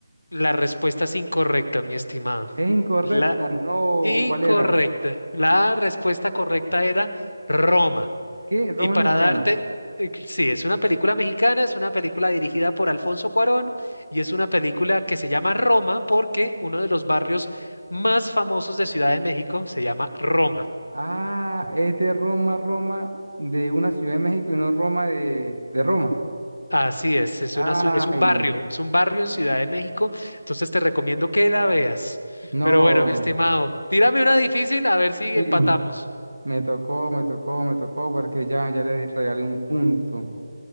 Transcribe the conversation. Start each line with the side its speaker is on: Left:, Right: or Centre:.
Left: la respuesta es incorrecta, mi estimado.
Right: Es incorrecta,
Left: La
Right: no.
Left: incorrecta.
Right: ¿Cuál era?
Left: La respuesta correcta era Roma.
Right: ¿Qué? Roma
Left: Y para
Right: es mexicana.
Left: darte, eh, sí, es una película mexicana, es una película dirigida por Alfonso Cuarón y es una película que se llama Roma porque uno de los barrios más famosos de Ciudad de México se llama Roma.
Right: Ah, es de Roma, Roma, de una ciudad de México y no Roma de, de Roma.
Left: Así es, es
Right: Ay,
Left: una, ciu- es un barrio, es un barrio en Ciudad de México, entonces te recomiendo que la veas.
Right: no.
Left: Pero bueno, mi estimado, tírame una difícil a ver si
Right: Sí,
Left: empatamos.
Right: me tocó, me tocó, me tocó porque ya, ya le regalé un punto.